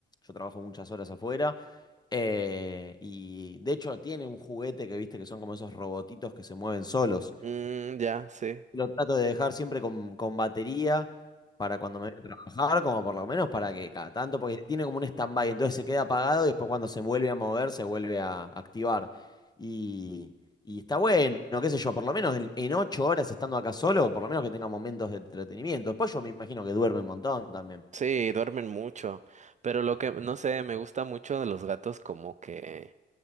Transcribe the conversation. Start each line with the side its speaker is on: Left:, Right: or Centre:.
Left: Yo trabajo muchas horas afuera. eh, y de hecho tiene un juguete que viste que son como esos robotitos que se mueven solos.
Right: Mm, ya, sí.
Left: Lo trato de dejar siempre con, con batería para cuando me voy a trabajar, como por lo menos para que cada tanto, porque tiene como un stand-by, entonces se queda apagado y después cuando se vuelve a mover, se vuelve a activar. Y, y está bueno, qué sé yo, por lo menos en, en ocho horas estando acá solo, por lo menos que tenga momentos de entretenimiento. Después yo me imagino que duerme un montón también.
Right: Sí, duermen mucho, pero lo que, no sé, me gusta mucho de los gatos como que